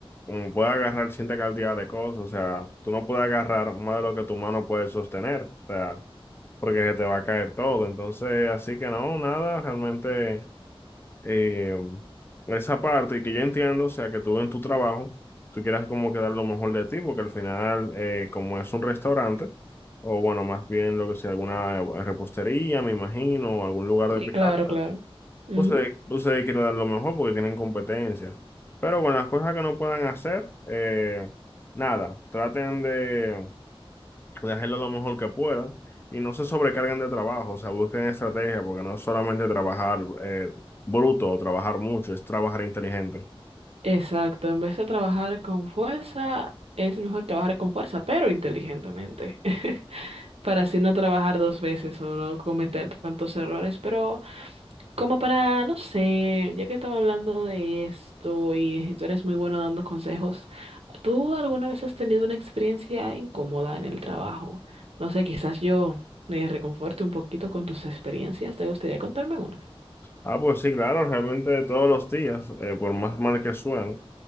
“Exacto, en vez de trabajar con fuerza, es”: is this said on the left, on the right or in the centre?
Right